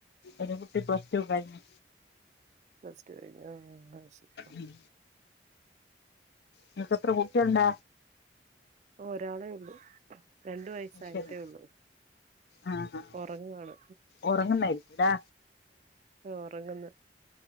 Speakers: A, on the left; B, on the right.
A: ഒരു കുട്ടി പ്ലസ്ടു കഴിഞ്
B: പ്ലസ്റ്റു കഴിഞ്ഞോ ആ ശരി
A: ഉം നിനക്ക് എത്ര കുട്ടിയാള്ണ്ട
B: ഒരാളേ ഉള്ളു രണ്ടു വയസായിട്ടേ
A: അത് ശരി
B: ഉള്ളു
A: ആഹ് ആഹ്
B: ഉറങ്ങാണ്
A: ഉറങ്ങുന്നായിരിക്കുംല്ലേ
B: ഉറങ്ങുന്നെ